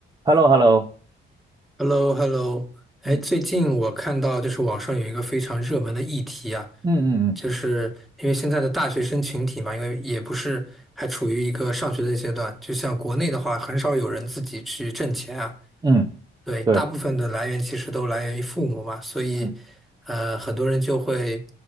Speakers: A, on the right; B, in the centre.
A: Hello，Hello，
B: h e l l o h e l l o 哎，
A: 嗯
B: 最近我看到就是网上有一个非常热门的议题啊，
A: 嗯嗯
B: 就是因为现在的大学生群体嘛，因为也不是还处于一个上学的阶段，就像国内的话，很少有人自己去挣钱啊，
A: 嗯嗯，
B: 对，
A: 对，
B: 大部分的来源其实都来源于父母嘛，所以
A: 嗯
B: 呃，很多人就会